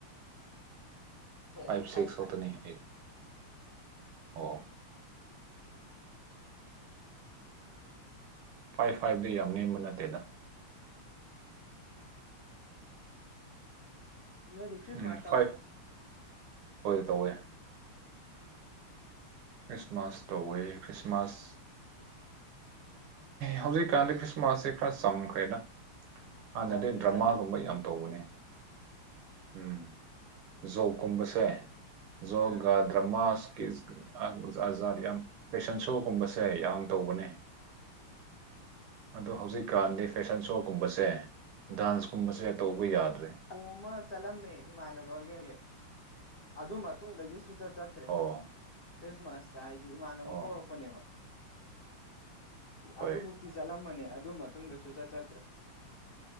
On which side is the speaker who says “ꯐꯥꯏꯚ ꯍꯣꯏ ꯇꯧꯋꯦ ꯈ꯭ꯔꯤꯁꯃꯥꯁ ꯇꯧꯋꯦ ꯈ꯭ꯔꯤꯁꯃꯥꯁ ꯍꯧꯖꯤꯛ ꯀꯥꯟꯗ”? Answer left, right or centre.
Right